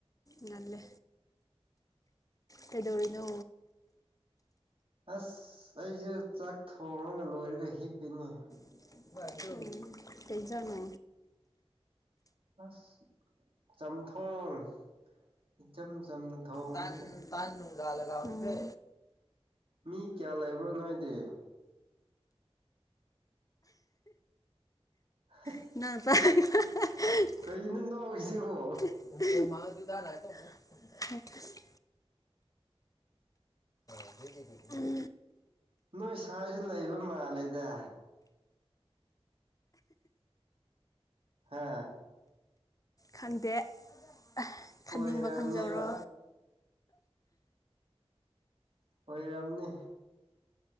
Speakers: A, on the left; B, on the right.
A: ꯉꯜꯂꯦ ꯀꯩꯗꯧꯔꯤꯅꯣ
B: ꯑꯁ ꯑꯩꯁꯦ ꯆꯥꯛ ꯊꯣꯡꯉꯥꯒ ꯂꯣꯏꯔꯒ ꯍꯤꯞꯄꯤꯅꯤ
A: <unintelligible> ꯀꯩ ꯏꯟꯖꯅꯣ
B: ꯑꯁ ꯆꯝꯊꯣꯡ ꯏꯆꯝ ꯆꯝꯅ ꯊꯣꯡꯕꯅꯤꯅ
A: ꯇꯟ ꯇꯥꯟ ꯒꯥꯂꯒ ꯎꯔꯦ
B: ꯃꯤ ꯀꯌꯥ ꯂꯩꯕ꯭ꯔꯣ ꯅꯣꯏꯗꯤ ꯍꯩ
A: <unintelligible>
B: ꯀꯩꯅꯣ ꯅꯣꯛꯏꯁꯤꯕꯣ
A: <unintelligible> <unintelligible>
B: ꯅꯣꯏ ꯁꯥꯏꯖꯨ ꯂꯩꯕ ꯃꯥꯜꯂꯦꯗ ꯍꯥꯥ
A: ꯈꯪꯗꯦ ꯑ ꯈꯟꯅꯤꯡꯕ
B: ꯑꯣꯏꯔꯝꯅꯦꯕ
A: ꯈꯟꯖꯧꯔꯣ
B: ꯑꯣꯏꯔꯝꯅꯤ